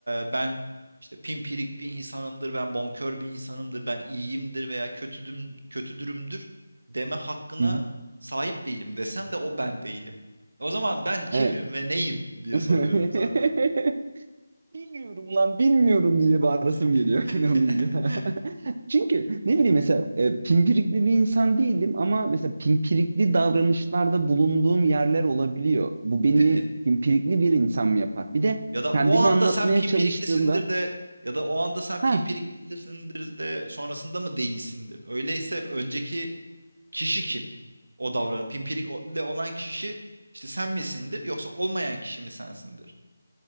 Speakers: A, on the right; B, on the right.
A: e, ben işte pimpirik bir insanımdır, ben bonkör bir insanımdır, ben iyiyimdir veya kötüdüm, kötüdürümdür deme hakkına
B: Hı hı.
A: sahip değilim desem de o ben değilim. O zaman ben kimim
B: Evet.
A: ve neyim diye
B: <laughs>
A: soruyorum zaten.
B: Bilmiyorum lan bilmiyorum diye bağırasım
A: <laughs>
B: geliyor <laughs> öyle olunca. Çünkü ne bileyim mesela e, pimpirikli bir insan değilim ama mesela pimpirikli davranışlarda bulunduğum yerler olabiliyor. Bu beni
A: Değil mi?
B: pimpirikli bir insan mı yapar? Bir de
A: Ya da
B: kendimi
A: o anda
B: anlatmaya
A: sen pimpiriklisindir
B: çalıştığımda
A: de ya da o anda sen pimpiriklisindir
B: ha
A: de sonrasında mı değilsindir? Öyleyse önceki kişi kim? O davran. Pimpirikle olan kişi işte sen misindir yoksa olmayan kişi mi sensindir?